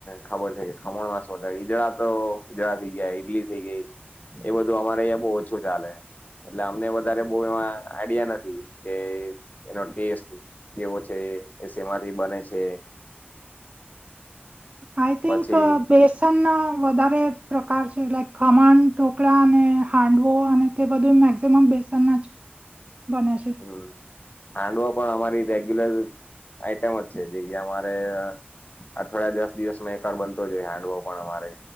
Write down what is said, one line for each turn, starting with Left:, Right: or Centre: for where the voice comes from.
Left: ખબર છે, કે ખમણમાંસ વધારે ઈદડા તો ઈદડા થઇ ગયા ઈટલી થઇ ગઈ એ બધું અમારે અહંયા બો ઓછું ચાલે એટલે અમને વધારે બો એમાં આઈડિયા નથી કે એનો ટેસ્ટ કેવો છે, એ સેમાંથી બને છે.
Right: આઈથીક
Left: પછી
Right: અ બે સનનો વધારે પ્રકાર છે, લાઈક ખમણ, ટોકળા અને હાંડવો અને તે બધું મેક્ઝિમમ બેસનના જ બને છે.
Left: હમ હાંડવો પણ અમારી રેગ્યુલર આઈટમ જ છે, જે કેયા અમારે અઠવાડિયા દસ દિવસમાં એક વાર બનતો જ હોય હેન્ડવો પણ અમારે